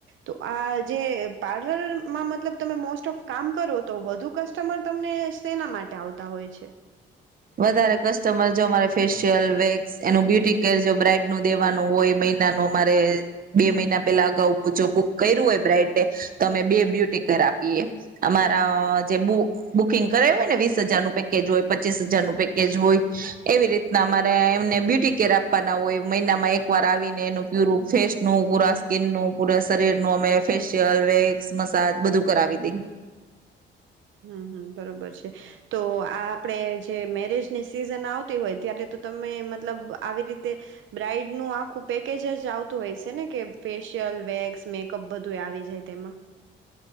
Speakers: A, on the right (about 75°); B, on the right (about 45°).
A: તો આ જે પાર્લરમાં મતલબ તમે મોસ્ટ ઓફ કામ કરો તો વધુ કસ્ટમર તમને સેના માટે આવતા હોય છે.
B: વધારે કસ્ટમર જો અમારે ફેશિયલ વેક્સ એનું બ્યુટી કેર જો બ્રાઈડ નું દેવાનું હોય મહિનાનું અમારે બે મહિના પેલા અગાઉ જો બુક કર્યું હોય બ્રાઈડને તો અમે બે બ્યુટી કેર આપીએ અમારા જે બુકિંગ કરેું હોય ને વીસ હજારનું પેકેજ હોય પચીસ હજારનું પેકેજ હોય એવી રીતના અમારે એમને બ્યુટી કેર આપવાના હોય મહિનામાં એક વાર આવીને એનું પ્યુર ફેસ નું પૂરા સ્કીિનનું પૂરા શરીરનું અમે ફેશિયલ વેક્સ મસાજ બધું કરાવી દઈ
A: હમ હમ બરોબર છે, તો આ આપડે જે મેરેજની સિઝન આવત હોય ત્યારે તો તમે મતલબ આવી રીતે બ્રાઈડ નું આખું પેકેજ જ આવતું હોય છે, ને કે ફેશિયલ વેક્સ મેકઅપ બધું આવી જાય તેમાં